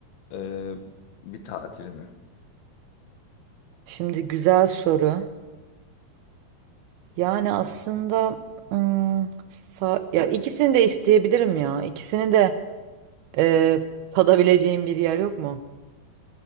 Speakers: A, on the left (about 80°); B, on the right (about 80°).
A: e, bir tatil mi?
B: Şimdi güzel soru. Yani aslında ım, sa- ya ikisini de isteyebilirim ya. İkisini de Ee, tadabileceğim bir yer yok mu?